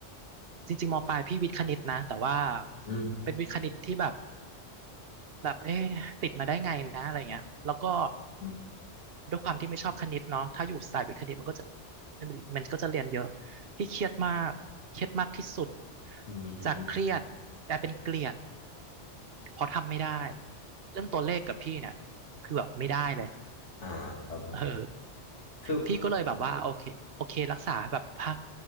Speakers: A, on the right; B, on the left.
A: จริงๆมปลายพี่วิทย์คณิตนะแต่ว่า
B: อืม
A: เป็นวิทย์คณิตที่แบบแบบเอ๊ะติดมาได้ไงนะอะไรเงี้ยแล้วก็
B: อืม
A: ด้วยความที่ไม่ชอบคณิตเนาะถ้าอยู่สายวิทย์คณิตมันก็จะมันก็จะเรียนเยอะพี่เครียดมากเครียดมากที่สุด
B: อืม
A: จากเครียดกลายเป็นเกลียดเพราะทำไม่ได้เรื่องตัวเลขกับพี่เนี่ยคือแบบไม่ได้เลย
B: อ่าครับผม
A: เออ
B: คือ
A: พี่ก็เลยแบบว่าโอเคโอเครักษาแบบพอ